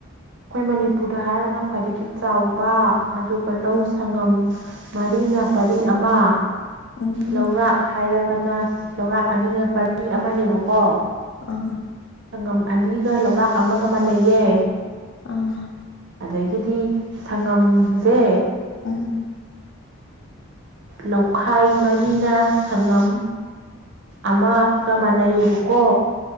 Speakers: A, on the right (about 50°); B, on the left (about 55°).
A: ꯑꯩꯈꯣꯏ ꯃꯅꯤꯄꯨꯔꯗ ꯍꯥꯏꯔꯒꯅ ꯈ꯭ꯋꯥꯏꯗꯒꯤ ꯆꯥꯎꯕ ꯑꯗꯨꯒ ꯂꯧ
B: ꯎꯝ
A: ꯁꯪꯉꯝ ꯃꯔꯤꯅ ꯄꯔꯤ ꯑꯃ
B: ꯎꯝ
A: ꯂꯧꯔꯥꯛ ꯍꯥꯏꯔꯒꯅ ꯂꯧꯔꯥꯛ ꯑꯅꯤꯒ ꯄ ꯃꯤ ꯑꯃꯅꯦꯕꯀꯣ
B: ꯑ
A: ꯑꯉꯝ ꯑꯅꯤꯒ ꯂꯧꯔꯥꯛ ꯑꯃꯒ ꯃꯥꯟꯅꯩꯌꯦ
B: ꯑꯥ
A: ꯑꯗꯒꯤꯗꯤ ꯁꯪꯉꯝꯖꯦ
B: ꯎꯝ
A: ꯂꯧꯈꯥꯏ ꯃꯔꯤꯅ ꯁꯪꯉꯝ ꯑꯃꯒ ꯃꯥꯟꯅꯩꯑꯕꯀꯣ